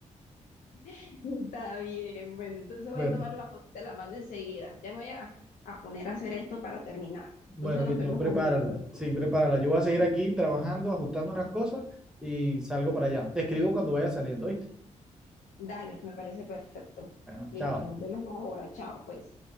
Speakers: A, on the left; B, in the centre.
A: <laughs> Está bien, bueno, entonces voy
B: Bueno,
A: a tomar la foto, te la mando enseguida. Ya me voy a, a poner a hacer esto para terminar.
B: bueno,
A: Entonces nos
B: listo,
A: vemos
B: prepárala.
A: ahorita, pues.
B: Sí, prepárala. Yo voy a seguir aquí trabajando, ajustando unas cosas y salgo para allá. Te escribo cuando vaya saliendo, ¿viste?
A: Dale, me parece perfecto.
B: Bueno,
A: Listo,
B: chao.
A: nos vemos ahora. Chao, pues.